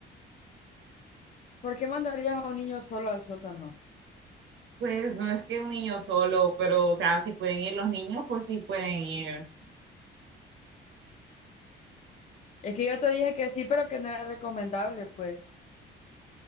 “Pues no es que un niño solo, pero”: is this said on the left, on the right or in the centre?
Right